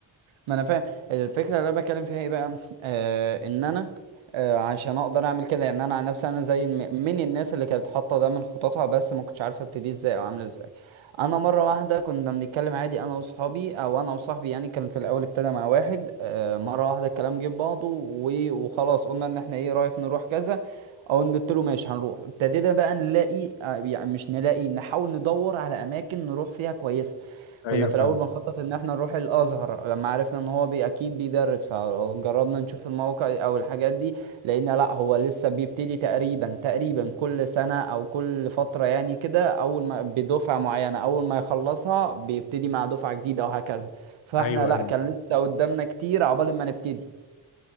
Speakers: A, on the right; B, on the left.
A: ما انا فاهم الفكره اللي انا بتكلم فيها ايه بقى آه ان انا آه عشان اقدر اعمل كده يعني انا عن نفسي انا زي الم- من الناس اللي كانت حاطه ده من خططها بس ما كنتش عارفه ابتدي ازاي او اعمل ازاي انا مره واحده كنا بنتكلم عادي انا واصحابي او انا وصاحبي يعني كان في الاول ابتدى مع واحد آه مره واحده الكلام جه في بعضه و- وخلاص قلنا ان احنا ايه رايك نروح كذا او قلت له ماشي هنروح ابتدينا بقى نلاقي آه، يعني مش نلاقي نحاول ندور على اماكن نروح فيها كويسه
B: ايوه
A: كنا في
B: فاهم
A: الاول بنخطط ان احنا نروح الازهر لما عرفنا ان هو بي اكيد بيدرس فجربنا نشوف الموقع او الحاجات دي لقينا لا هو لسه بيبتدي تقريبا تقريبا كل سنة او كل فترة يعني كده اول ما بدفعة معينة اول ما يخلصها بيبتدي مع دفعة جديدة او هكذا فاحنا
B: ايوه
A: لا
B: ايوه
A: كان لسه قدامنا كتير عقبال ما نبتدي